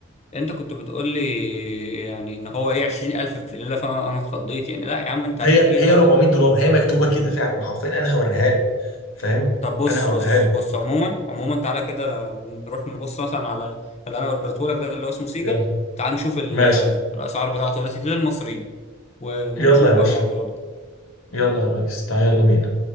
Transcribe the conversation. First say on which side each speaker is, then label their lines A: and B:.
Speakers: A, on the left; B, on the left.
A: انت كنت بتقول لي يعني ان هو ايه 20000 في الليلة فانا انا اتخضيت يعني لا يا عم انت هتلاقيها
B: هي هي 400 دولار هي مكتوبة كده فعلا حرفيا انا هوريها لك فاهم؟
A: طب بص
B: انا هوريها
A: بص
B: لك
A: بص عموما عموما تعالى كده نروح نبص مثلا على اللي انا وريته لك ده اللي هو اسمه سيجل
B: يلا
A: تعال نشوف ال-
B: ماشي
A: الاسعار بتاعته دلوقتي للمصريين و- ونشوف
B: يلا يا باشا
A: بقى الموضوع ده
B: يلا يا ريس تعال يلا بينا